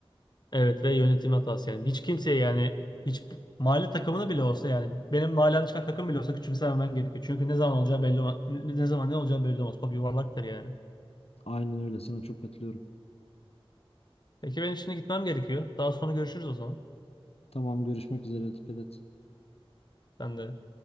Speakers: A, on the left; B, on the left.
A: Evet ve yönetim hatası yani. Hiç kimseye yani hiç mahalle takımını bile olsa yani benim mahallemden çıkan takım bile olsa küçümsememen gerekiyor. Çünkü ne zaman olacağı belli olmaz. Ne zaman ne olacağı belli olmaz. Top yuvarlaktır yani.
B: Aynen öyle. Sana çok katılıyorum.
A: Peki ben şimdi gitmem gerekiyor. Daha sonra görüşürüz o zaman.
B: Tamam görüşmek üzere. Dikkat et.
A: Ben de